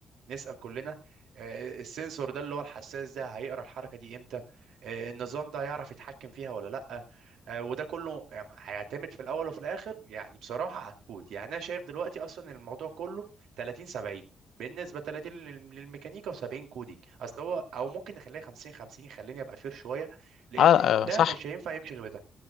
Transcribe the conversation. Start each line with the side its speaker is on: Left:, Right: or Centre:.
Right: نسأل كلنا آه، السنسور ده اللي هو الحساس ده هيقرأ الحركة دي امتى آه، النظام ده هيعرف يتحكم فيها ولا لأ آه، وده كله يعني هيعتمد في الأول وفي الآخر يعني بصراحة على الكود يعني أنا شايف دلوقتي أصلا الموضوع كله 30 70 بالنسبة 30 لل- للميكانيكا و70 كودينج أصل هو أو ممكن نخليها 50 50 خليني أبقى فير شوية لأن
Left: آه آه،
Right: ده
Left: صح
Right: مش هينفع يمشي غير ده